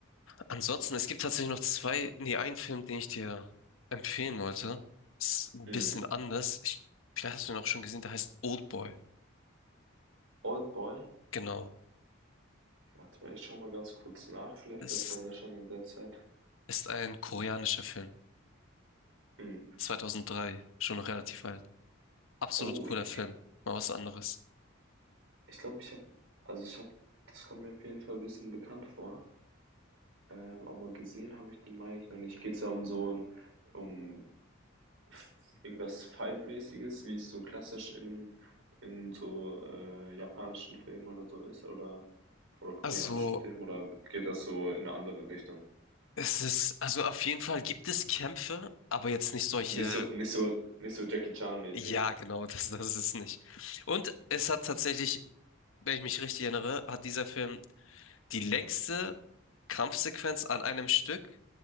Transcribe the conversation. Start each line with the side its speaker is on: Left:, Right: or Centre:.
Left: Ansonsten, es gibt tatsächlich noch zwei, nee, einen Film, den ich dir empfehlen wollte. Ist ein
Right: Mhm.
Left: bisschen anders. Ich, vielleicht hast du ihn auch schon gesehen, der heißt Old Boy.
Right: Oldboy?
Left: Genau.
Right: Warte mal, ich schaue mal ganz kurz nach, vielleicht
Left: Es
Right: kannst du ja nachschauen in der Zeit.
Left: ist ein koreanischer Film.
Right: Mhm.
Left: 2003, schon relativ alt. Absolut
Right: Oh,
Left: cooler
Right: ich
Left: Film. Mal was anderes.
Right: ich glaube, ich habe also, ich habe das kommt mir auf jeden Fall ein bisschen bekannt vor, ähm, aber gesehen habe ich den, meine ich, noch nicht. Geht's da um so ein um f- irgendwas Fight-mäßiges, wie es so klassisch in, in so äh, japanischen Filmen oder so ist, oder, oder koreanischen
Left: Also,
Right: Filmen, oder geht das so in eine andere Richtung?
Left: es ist, also auf jeden Fall gibt es Kämpfe, aber jetzt nicht solche
Right: Nicht so, nicht so, nicht so Jackie Chan-mäßig.
Left: Ja, genau, <laughs> das, das ist es nicht. Und es hat tatsächlich, wenn ich mich richtig erinnere, hat dieser Film die längste Kampfsequenz an einem Stück